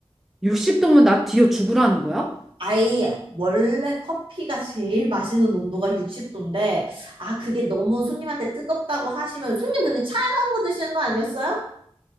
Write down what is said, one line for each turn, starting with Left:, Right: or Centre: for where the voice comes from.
Centre: 60도면 나 뒤어 죽으라는 거야?
Right: 아예 원래 커피가 제일 맛있는 온도가 60도인데 아 그게 너무 손님한테 뜨겁다고 하시면 손님 근데 차가운 거 드시는 거 아니었어요?